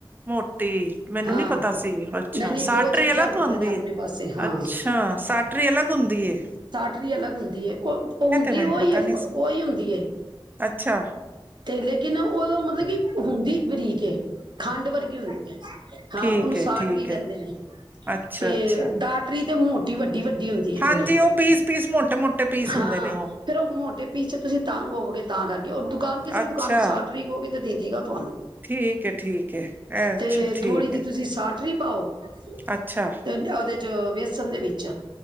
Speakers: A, on the right; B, on the right.
A: ਮੋਟੀ, ਮੈਨੂੰ
B: ਹਾਂ
A: ਨੀ ਪਤਾ ਸੀ, ਅੱਛਾ
B: ਨਹੀਂ ਨਹੀਂ
A: ਸਾਟਰੀ
B: ਦੋ ਚੀਜ਼ਾਂ
A: ਅਲਗ
B: ਹੁੰਦੀਆਂ
A: ਤੋ ਆਉਂਦੀ
B: ਨੇ ਆਪਣੇ
A: ਏ।
B: ਪਾਸੇ ਹਾਂ
A: ਅੱਛਾ, ਸਾਟ ਟਰੀ ਅਲੱਗ ਹੁੰਦੀ ਏ
B: ਟਰੀ ਅਲੱਗ ਹੁੰਦੀ ਹੈ, ਓ ਹੁੰਦੀ
A: ਮੈਨੂੰ
B: ਉਹਹੀ
A: ਪਤਾ
B: ਏ,
A: ਨੀ ਸੀ
B: ਓ ਈ ਹੁੰਦੀ ਏ
A: ਅੱਛਾ
B: ਤੇ ਲੇਕਿਨ, ਉਹ ਮਤਲਬ ਕਿ ਹੁੰਦੀ ਬਰੀਕ ਏ। ਖੰਡ ਵਰਗੀ ਹੁੰਦੀ ਹੈ ਹਾਂ,
A: ਠੀਕ
B: ਉਹਨੂੰ
A: ਹੈ
B: ਸਾਟਰੀ
A: ਠੀਕ
B: ਕਹਿੰਦੇ
A: ਹੈ
B: ਨੇ,
A: ਅੱਛਾ
B: ਤੇ
A: ਅੱਛਾ
B: ਟਾਟ ਤੇ ਮੋਟੀ ਵੱਡੀ, ਵੱਡੀ ਹੁੰਦੀ ਹੈ
A: ਹਾਂਜੀ,
B: ਥੋੜ੍ਹੀ
A: ਉਹ ਪੀਸ- ਪੀਸ ਮੋਟੇ ਮੋਟੇ ਪੀਸ ਹੁੰਦੇ
B: ਹਾਂ
A: ਨੇ ਉਹ।
B: ਫੇਰ ਉਹ ਮੋਟੇ ਪੀਚੇ ਤੁਸੀਂ ਤਾਂੰਗ ਹੋਵੋਗੇ ਤਾਂ ਕਰਕੇ ਉਹਰ ਦੁਕਾਨ ਕਿਸੇ
A: ਅੱਛਾ
B: ਵੀ ਦੁਕਾਨ ਨੂੰ ਸਾਟਰੀ ਮਗੋ ਗੇ ਤੇ ਦੇ ਦੇਗਾ ਤੁਹਾਨੂੰ,
A: ਠੀਕ ਹੈ ਠੀਕ ਹੈ ਅੱਛਾ
B: ਤੇ
A: ਠੀਕ
B: ਥੋੜ੍ਹੀ ਜਿਹੀ
A: ਹੈ
B: ਤੁਸੀਂ ਸਾਟਰੀ ਪਾਓ ਅੱ <inaudible> <unintelligible>
A: ਅੱਛਾ।
B: ਉਹਦੇ ਚ, ਵੇਸਣ ਦੇ ਵਿੱਚ।